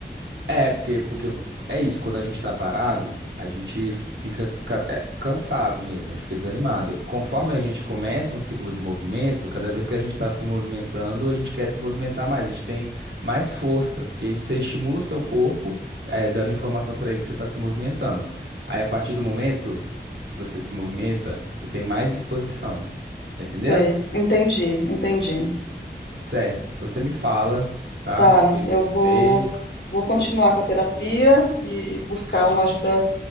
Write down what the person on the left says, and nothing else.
sei, entendi, entendi,
tá,
eu
vou,
vou continuar com a terapia e, e buscar uma ajuda,